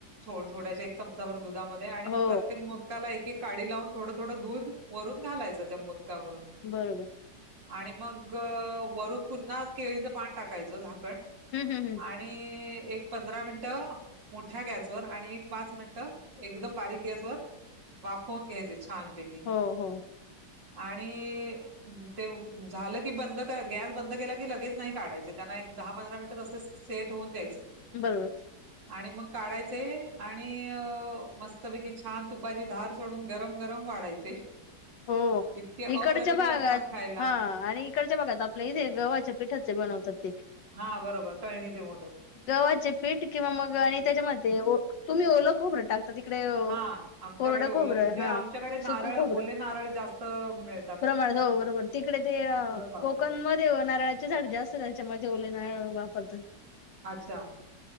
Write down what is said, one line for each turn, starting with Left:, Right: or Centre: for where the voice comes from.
Right: थोड थोड्याशा एक चमचा भर दुधामध्ये आणि
Left: हो
Right: मग प्रत्येक मोद काला एक एक काडी लावून थोडं थोडं दूध वरून घालायचं त्या मोदकावरून
Left: बरोबर
Right: आणि मग वरून पुन्हा केळीचं पान टाकायचं झाकण.
Left: हम् हम हम
Right: आणि एक पंधरा मिनट मोठ्या गॅसवर आणि एक पाच मिनिटं एकदम बारीक गॅसवर वाफवून घ्यायचंय छान ते
Left: हो हो.
Right: आणि अ तेव झालं की बंद का गॅस बंद केला की लगेच नाही काढायचे त्यांना एक दहा पंधरा मिनिटं तसेच सेट होऊन द्यायचे
Left: बरोबर.
Right: आणि मग काढायचे आणि अ मस्तपैकी छान तूप तुपाची धार सोडून गरम गरम वाढायचे
Left: हो
Right: इतके अप्रतिम
Left: इकडच्या भागात
Right: लागतात खायला.
Left: हां आणि इकडच्या भागात आपल्या इथे गव्हाच्या पीठाचे बनवतात ते
Right: हा बरोबर तळणीचे मोदक
Left: गव्हाचे पीठ किंवा मग आणि त्याच्यामध्ये ओ तुम्ही ओलं खोबरं टाक आता तिकडे अ
Right: हा आमच्याकडे
Left: कोरडं
Right: ओल
Left: खोबरं
Right: इथे
Left: हा
Right: आमच्याकडे नारळ
Left: सुकं खोबरं
Right: ओले नारळ जास्त मिळ
Left: प्रमाणात हो बरोबर तिकडे ते अ
Right: वापरतात.
Left: कोकण म नाही ओ नारळाचे झाड जास्त त्याच्यामुळ ते ओले नारळ वापरतात.
Right: अच्छा,